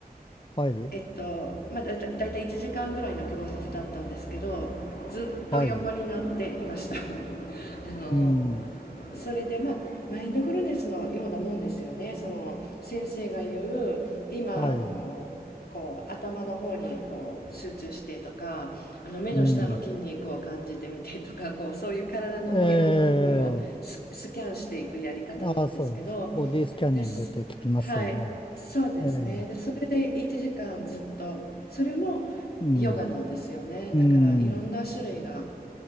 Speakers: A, on the left; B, on the left.
A: はい。
B: えっとまあだいたいだいたい1時間ぐらいの教室だったんですけどずっと横になっていました
A: はい。
B: <laughs> あの
A: うん。
B: それでまあマインドフルネスのようなもんですよねその先生が言う今あのこう頭の方にこう集中してとかあの目の下の筋肉を感じてみてとかこうそういう体のいろんな部分をススキャンしていくやり方なんですけど
A: はい。うん。ええああ、そう。ボディスキャニングって聞きますよね。
B: ですはいそうですねでそれで1時間ずっとそれもヨガなんですよねだからいろんな種類が
A: ええうん。うん。